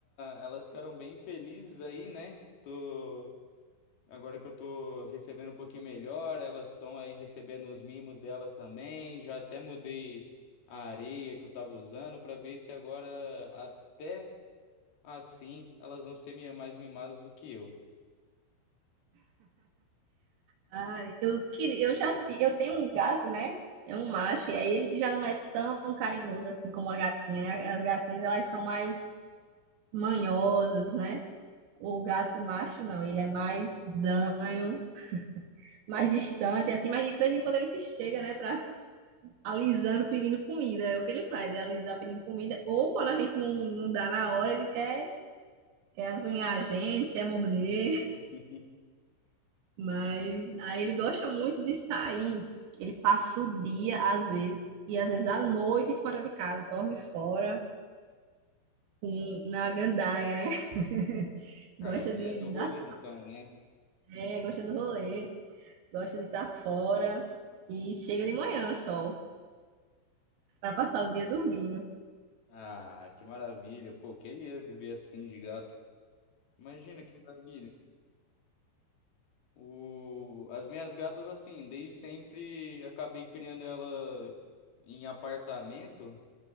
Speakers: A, on the left; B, on the right.
A: elas ficaram bem felizes aí, né? Tô, agora que eu tô recebendo um pouquinho melhor, elas estão aí recebendo os mimos delas também. Já até mudei a areia que eu tava usando pra ver se agora até Assim, elas vão ser mi- mais mimadas do que eu.
B: Ai, eu queria, eu já ti- eu tenho um gato, né? É um macho, e aí ele já não é tão carinhoso assim como a gatinha, né? As gatinhas, elas são mais manhosas, né? O gato macho, não, ele é mais zanho, mais distante, assim, mas de vez em quando ele se chega, né, pra alisando pedindo comida. É o que ele faz, é alisar pedindo comida. Ou quando a gente não, não dá na hora, ele quer, quer azunhar a gente, quer morder.
A: <laughs>
B: <laughs> Mas aí ele gosta muito de sair. Ele passa o dia, às vezes, e às vezes à noite fora de casa, dorme fora, com- na gandaia, né? <laughs> Gosta
A: Ah, ele
B: de
A: é do rolê
B: dar
A: então, né?
B: pé, gosta do rolê, gosta de estar fora. E chega de manhã só, para passar o dia dormindo.
A: Ah, que maravilha. Pô, queria viver assim de gato. Imagina que maravilha. O... As minhas gatas, assim, desde sempre acabei criando ela em apartamento.